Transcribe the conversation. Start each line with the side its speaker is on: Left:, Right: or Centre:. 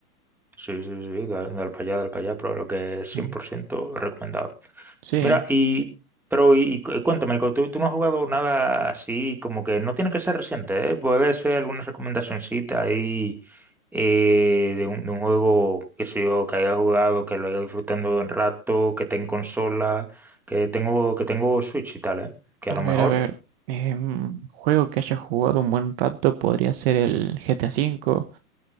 Centre: Sí, sí, sí, dale, para allá, dale para allá, pero lo que es cien
Right: Em,
Centre: por ciento recomendado.
Right: Sí,
Centre: Mira, y, pero y, y cuéntame, cu- ¿tú, tú no has jugado nada así, como que no tiene que ser reciente, ¿eh? Puede ser alguna recomendacioncita ahí eh, de un, de un juego, que sé yo, que haya jugado, que lo haya disfrutando un rato, que esté en consola, que tengo, que tengo Switch y tal, ¿eh? Que
Right: a
Centre: a lo mejor.
Right: ver, a ver. em, juego que haya jugado un buen rato podría ser el GTA V.